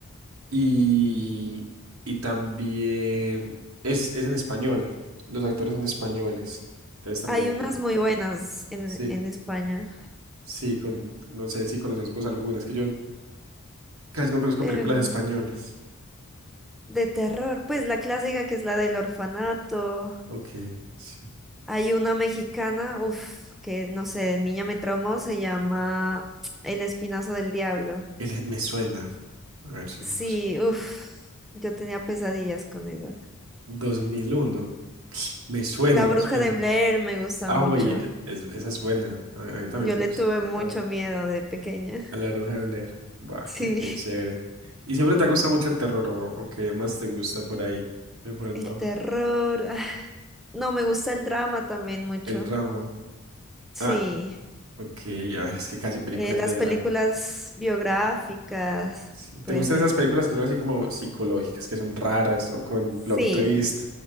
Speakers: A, on the right; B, in the centre.
A: Y, y también es, es en español. Los actores son españoles. Entonces también
B: Hay
A: es
B: unas
A: bueno.
B: muy buenas en,
A: Sí,
B: en España.
A: sí, con, no sé si conoces vos algunas, que yo casi no conozco
B: em,
A: películas españolas.
B: de terror, pues la clásica que es la del orfanato.
A: Ok, sí.
B: Hay una mexicana, uff, que no sé, de niña me traumó, se llama El Espinazo del Diablo.
A: Él- me suena. A ver, si
B: Sí,
A: lo busco.
B: uff, yo tenía pesadillas con eso.
A: 2001. Me suena,
B: La
A: me
B: Bruja
A: suena.
B: de Blair me gusta
A: Ah,
B: mucho.
A: güey, e- es- esa es buena. A mí, a mí también
B: Yo
A: me gusta
B: le tuve
A: un montón.
B: mucho miedo de pequeña. <laughs>
A: A la bruja de Blair. Buah,
B: Sí,
A: qué, qué chévere. ¿Y siempre te gusta mucho el terror o, o qué más te gusta por ahí? De pronto.
B: el terror. No, me gusta el drama también mucho.
A: El drama.
B: Sí,
A: Ah, ok. A ver, es que casi películas
B: eh, las
A: de
B: películas
A: drama.
B: biográficas,
A: Sí. ¿Te
B: puede
A: gustan
B: ser.
A: esas películas que son así como psicológicas, que son raras o con plot
B: Sí,
A: twist?